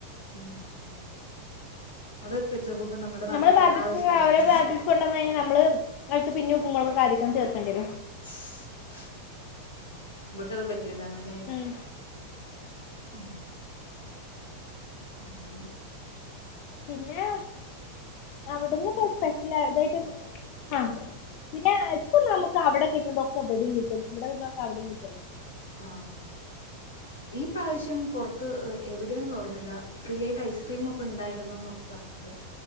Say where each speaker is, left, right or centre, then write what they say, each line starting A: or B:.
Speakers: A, on the left; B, on the left.
A: <unintelligible> അതൊക്കെ നോക്കുമ്പോ നമ്മുടെ
B: <unintelligible>
A: നാട്ടിലെ
B: നമ്മള് <unintelligible>
A: ആ ഒരു സ്പൈസാ
B: കൊണ്ടന്ന കഴിഞ്ഞാൽ നമ്മള് അവക്ക് പിന്നെ ഉപ്പുമ മുളക് അധികം ചേർക്കണ്ട വരേ
A: <unintelligible> പറ്റൂലന്ന്ല്ലേ
B: ഉം
A: ഉം അങ്ങനെ
B: പിന്നെ അവിടന്ന് സ്പെഷ്യലാ അതായിട്ടും ആ പിന്നെ ഇപ്പം നമുക്ക് അവിടെ കിട്ടുന്നതൊക്കെ ഇവിടേം കിട്ടും. ഇവിടെ കിട്ടുന്നതൊക്കെ അവിടയും കിട്ടുവല്ലോ.
A: ആ ഈ പ്രാവശ്യം പുറത്ത് എവിടെയാന്നുള്ള ഓർമ്മയില്ല ഫ്രീ ആയിട്ട് ഐസ്ക്രീം ഒക്കെ ഉണ്ടായിരുന്നന്നൊക്കെ പറഞ്ഞ്